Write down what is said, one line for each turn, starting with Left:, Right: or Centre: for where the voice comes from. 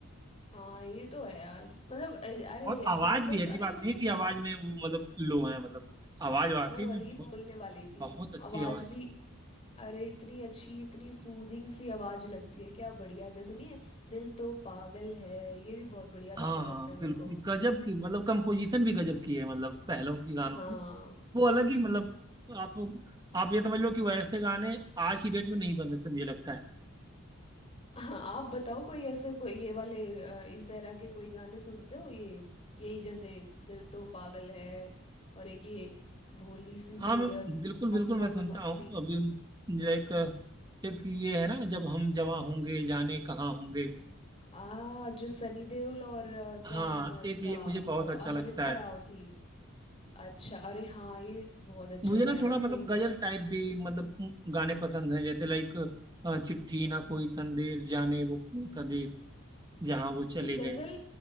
Left: हाँ ये तो है यार मतलब अ, अरे
Right: और आवाज
Left: हाँ सही
Right: भी ऐसी
Left: अरे
Right: बात
Left: मतलब
Right: नहीं कि आवाज में वो मतलब लो है मतलब आवाज वाकई
Left: मैं वही
Right: में बहुत
Left: बोलने वाली थी
Right: बहुत अच्छी
Left: आवाज
Right: आवाज
Left: भी अरे इतनी अच्छी इतनी सूदिंग सी आवाज लगती है क्या बढ़िया जैसे नहीं है दिल तो पागल है ये भी बहुत बढ़िया
Right: हाँ
Left: गाना लगता
Right: हाँ
Left: है
Right: बिल्कुल
Left: मेरे को
Right: गजब की मतलब कंपोजिशन भी गजब की है मतलब पहलों की गानों
Left: हाँ
Right: की वो अलग ही मतलब आप आप ये समझ लो कि वैसे गाने आज की डेट में नहीं बन सकते मुझे लगता है
Left: हाँ आप बताओ कोई ऐसे प- ये वाले अ, इस एरा के कोई गाने सुनते हो ये यही जैसे दिल तो पागल है और एक ये भोली सी
Right: हाँ
Left: सूरत
Right: मैं बिल्कुल बिल्कुल
Left: आंखों
Right: मैं
Left: में
Right: सुनता
Left: मस्ती
Right: हूँ अभी लाइक एक ये है ना जब हम जवां होंगे जाने कहाँ होंगे
Left: आ जो सनी देओल और अ,
Right: हाँ
Left: क्या नाम है उसका
Right: एक ये मुझे बहुत
Left: अ,
Right: अच्छा
Left: अमृता
Right: लगता है
Left: राव थी अच्छा अरे हाँ ये बहुत अच्छा
Right: मुझे ना
Left: था यार
Right: थोड़ा मतलब
Left: सही में
Right: गजल टाइप भी मतलब उम, गाने पसंद है जैसे लाइक चिट्ठी ना कोई संदेश जाने वो कौन सा देश जहाँ वो
Left: ये
Right: चले गए
Left: गजल